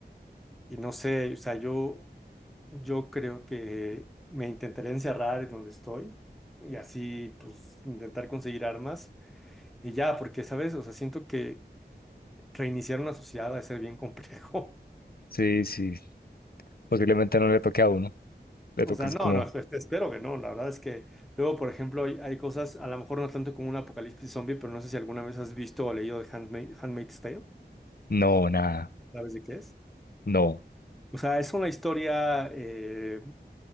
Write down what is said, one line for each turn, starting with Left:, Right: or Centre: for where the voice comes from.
Centre: Y no sé, o sea, yo, yo creo que me intentaré encerrar en donde estoy y así, pues, intentar conseguir armas y ya, porque, ¿sabes? O sea, siento que reiniciar una sociedad debe ser bien complejo. <laughs>
Left: sí, sí, posiblemente no le toque a uno, le toques
Centre: O sea, no,
Left: como,
Centre: no, esp- espero que no. La verdad es que luego, por ejemplo, hay, hay cosas, a lo mejor no tanto como un apocalipsis zombie, pero no sé si alguna vez has visto o leído de Handma- Handmaid's Tale.
Left: no, nada,
Centre: ¿Sabes de qué es?
Left: no,
Centre: O sea, es una historia eh,